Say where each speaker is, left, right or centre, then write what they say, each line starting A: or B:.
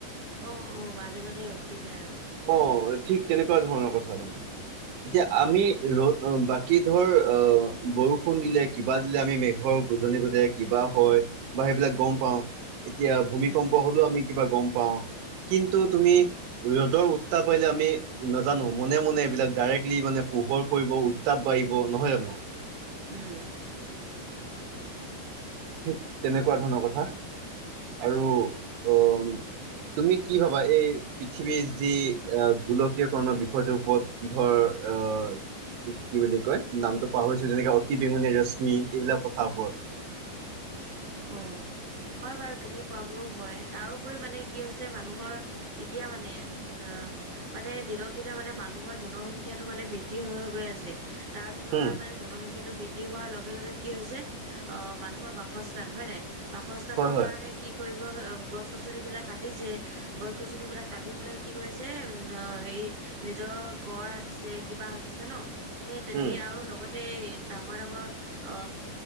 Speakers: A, on the right; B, on the right.
A: অ অ মাজে মাজে ৰখি যায় আৰু
B: অ ঠিক তেনেকুৱা ধৰণৰ কথা মানে এতিয়া
A: উম,
B: আমি ৰ বা কি ধৰ অ বৰষুণ দিলে কিবা দিলে আমি মেঘৰ গুজি গজ কিবা হয় বা সেইবিলাক গম পাও এতিয়া ভূমিকম্প
A: উম,
B: হলেও আমি কিবা গম পাওঁ কিন্তু
A: উম,
B: তুমি ৰ'দৰ উত্তাপ পাৰলে আমি নাজানো মনে মনে এইবিলাক ডাইৰেক্টলি মানে পোহৰ কৰিব উত্তাপ বাঢ়িব নহয় জানো
A: উম
B: উম ঠিক তেনেকুৱা ধৰণৰ কথা আৰু অ তুমি কি ভাবা এই পৃথিৱীৰ যি গোলকীয়কৰণৰ বিষয়টোৰ ওপৰত ধৰ আহ কি বুলি কয় নামটো পাহৰিছো যেনেকে অতি বেঙুনীয়া ৰশ্মি এইবিলাক কথাৰ ওৰত
A: অঁ হয় বাৰু তুমি কোৱা বোৰো হয় তাৰপৰি মানে কি হৈছে মানুহৰ এতিয়া মানে উম মানে দিনক দিনা মানে মানুহৰ জনসংখ্যাটো মানে বৃদ্ধি হৈ গৈ আছে তাৰ তুলনাত
B: উম
A: মানে জনসংখ্যাটো বৃদ্ধি হোৱাৰ লগে লগে কি হৈছে আহ মানুহৰ বাস বাসস্থান হয়নে বাসস্থানৰ
B: হয় হয়
A: কাৰণে কি কৰিব গছ গছনিবিলাক কাটিছে গছ গছনিবিলাক কাটি পেলাই কি কৰিছে হেৰি নিজৰ ঘৰ সাজিছে কিবা সাজিছে ন সেই তেনেকে
B: উম
A: আৰু লগত গো ডাঙৰ ডাঙৰ অ